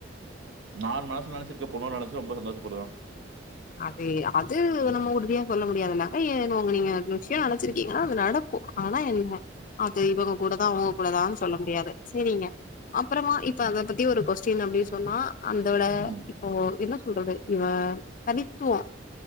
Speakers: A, on the right (about 85°); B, on the left (about 45°).
A: நான் மனசுல நெனச்சிருக்க பொண்ண நெனச்சு ரொம்ப சந்தோஷப்படுவே
B: அது அது நம்ம உறுதியா சொல்ல முடியாதுல்லங்க ஏ உங்க நீங்க விஷயம் நெனச்சிருக்கீங்கன்னா அது நடக்கு ஆனா என்ன அது இவங்க கூடதா அவங்க கூடதான்னு சொல்ல முடியாது செரிங்க அப்றமா இப்ப அத பத்தி ஒரு கொஸ்டின் அப்டின்னு சொன்னா அந்தோட
A: ம்,
B: இப்போ என்ன சொல்றது இவ தனித்துவோ